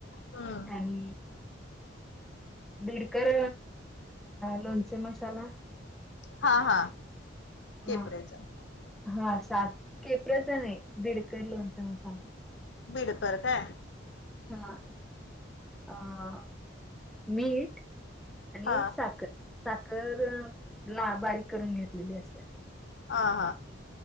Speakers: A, on the left; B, in the centre.
A: हा
B: आणि दिडकर लोणचे मसाला
A: हा हा <inaudible>
B: हा
A: केपरेयचं
B: हा सात केेपरच नाही आहे बीडकर लोणच मसाला
A: <inaudible> बीडकर काय?
B: हा अ मीठ आणि
A: हा
B: साखर साखर ला बारीक करून घेतलेली असते
A: हा हा